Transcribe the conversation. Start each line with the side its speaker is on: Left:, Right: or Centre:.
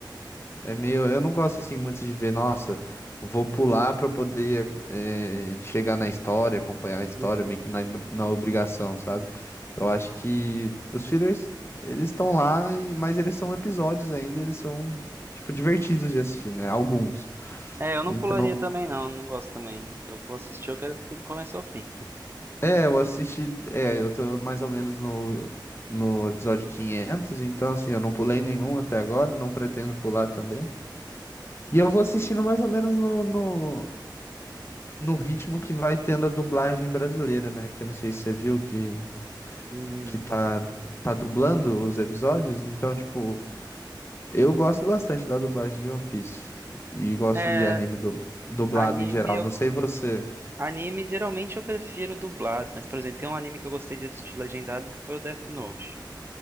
Left: é meio, eu não gosto assim muito de ver, nossa, vou pular pra poder eh, chegar na história, acompanhar a história,
Right: Uhum.
Left: meio que na, na obrigação, sabe? Eu acho que os fillers, eles estão lá, e- mas eles são episódios ainda, eles são, tipo, divertidos de assistir, né? Alguns.
Right: É, eu não
Left: Então,
Right: pularia também, não. Não gosto também. Eu vou assistir, eu quero assistir do começo ao fim.
Left: é, eu assisti, é, eu tô mais ou menos no, no episódio 500 então assim, eu não pulei nenhum até agora, não pretendo pular também. E eu vou assistindo mais ou menos no, no, no ritmo que vai tendo a dublagem brasileira, né? Que eu não sei se você viu que,
Right: Hum.
Left: que tá, tá dublando os episódios. Então, tipo, eu gosto bastante da dublagem de One Piece. E gosto
Right: É,
Left: de anime du- dublado
Right: anime,
Left: em geral.
Right: eu,
Left: Não sei você.
Right: anime geralmente eu prefiro dublado, mas, por exemplo, tem um anime que eu gostei de assistir legendado que foi o Death Note.